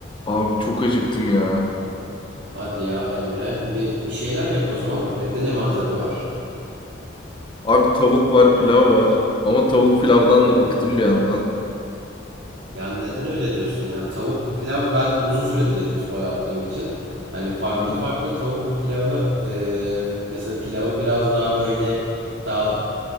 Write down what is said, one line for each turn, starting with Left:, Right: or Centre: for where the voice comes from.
Left: Abi çok acıktım ya.
Right: Hadi ya Emre. Bir, bir şeyler yap o zaman. Evde ne malzeme var?
Left: Abi tavuk var, pilav var. Ama tavuk pilavdan da bıktım bir yandan.
Right: Yani neden öyle diyorsun? Yani tavuk pilav ben uzun süredir yedim spor yaptığım için. Hani farklı
Left: Hı
Right: farklı tavuklu pilavı eee, mesela pilavı biraz daha böyle daha